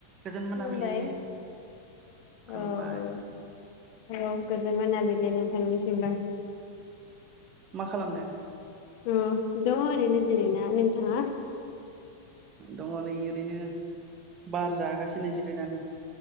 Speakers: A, on the right (about 35°); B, on the left (about 55°).
A: गोजोन मोनाबिलि
B: मुम्बाइ
A: खुलुमबाय
B: औ-औ औ गोजोन मोनाबिलि नोंथांनिसिमबो
A: मा खालामदों
B: अ दङ ओरैनो जिरायना नोंथाङा?
A: दङ नै ओरैनो बार जागासिनो जिरायनानै